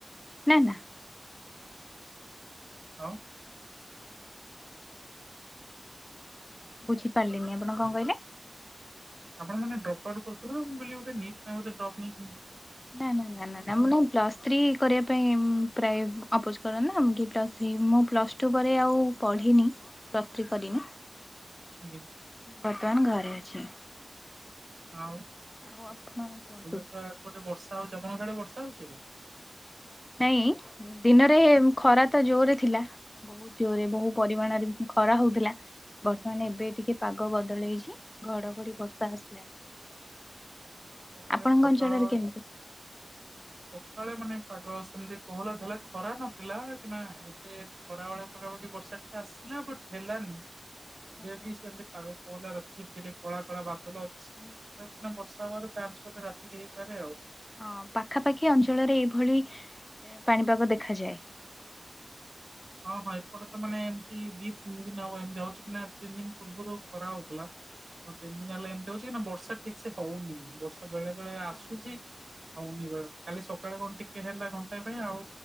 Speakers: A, on the left; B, on the right.
A: ନାନା।
B: ଆଉ
A: ବୁଝିପାରିଲିନି ଆପଣ କଣ କହିଲେ?
B: ଆପଣ ମାନେ ଡ୍ରପଆଉଟ କରୁଥିଲେ ନା ମୁଁ କହିଲି ବୋଧେ ନିଟ୍ ପାଇଁ ବୋଧେ ଡ୍ରପ୍ ନେଇ
A: ନା ନା ନା ମୁଁ ନାଇଁ ପ୍ଲସଥ୍ରୀ କରିବା ପାଇଁ ପ୍ରାୟ ଆପୋଚ ନା ପ୍ଲସ୍ ହେ ମୁଁ ପ୍ଲସ୍ ଟୁ ପରେ ଆଉ ପଢ଼ିନି ପ୍ଲସ୍ ଥ୍ରୀ କରିନି
B: ଆଜ୍ଞା
A: ବର୍ତ୍ତମାନ ଘରେ ଅଛି।
B: ଆଉ
A: ଆଉ ଆପଣ କୁହନ୍ତୁ
B: ଏବେ ତ ଏପଟେ ବର୍ଷା ହଉଛି ଆପଣଙ୍କ ସିଆଡେ ବର୍ଷ ହଉଚି ଏବେ?
A: ନାଇଁ ଦିନରେ ଖରା ତ ଜୋରେ ଥିଲା। ବହୁତ ଜୋରରେ ବହୁ ପରିମାଣରେ ଖରା ହଉଥିଲା। ବର୍ତ୍ତମାନ ଏବେ ଟିକେ ପାଗ ବଦଳେଇଛି ଘଡଘଡ଼ି ବର୍ଷା ଆସିଲାଣି।
B: ଏପଟେ
A: ଆପଣଙ୍କ
B: ସକାଳ
A: ଅଞ୍ଚଳରେ
B: ବେଳା
A: କେମିତି?
B: ସକାଳେ ମାନେ ପାଗ ଏମିତି କୋହଲା ଥିଲା ଖରା ନଥିଲା କିନା ଏବେ ଖରା ବେଳେ ପାଖାପାଖି ବର୍ଷା ଟିକେ ଆସିଲା ବଟ୍ ହେଲାନି। ଏବେ
A: ଆଚ୍ଛା
B: ବି ସେମିତି ପାଗ କୋହଲା ରଖିଛି ଟିକେ ଟିକେ କଳା କଳା ବାଦଲ ଅଛି ତ <unintelligible> ବର୍ଷ <unintelligible> ହେବାର ଚାନ୍ସ ବୋଧେ ରାତିିକି ହେଇପାରେ ଆଉ।
A: ହଁ ପାଖାପାଖି ଅଞ୍ଚଳରେ ଏଇଭଳି ଏଁ ପାଣିପାଗ ଦେଖାଯାଏ। <unintelligible>
B: ହଁ ହଁ ଏପଟେ ତ ମାନେ ଏମିତି ଦି ତିନି ଦିନ ହବ ଏମିତି ହଉଛି କି ନା ତିନି ଦିନ ପୂର୍ବରୁ ଖରା ହଉଥିଲା। ହଁ ତିନି ଦିନ ହେଲା ଏମିତି ହଉଛି କି ନ ବର୍ଷା ଠିକ ସେ ହଉନି ବର୍ଷା ବେଳେ ବେଳେ ଆସୁଛି।
A: ହଁ
B: ହଉନିବେଳେ କାଲି ସକାଳେ କଣ ଟିକେ ହେଲା ଘଣ୍ଟାଏ ପାଇଁ ଆଉ